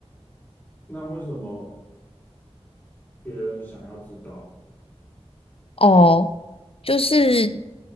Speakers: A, on the left (about 15°); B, on the left (about 55°).
A: 那为什么别人想要知道，
B: 哦，就是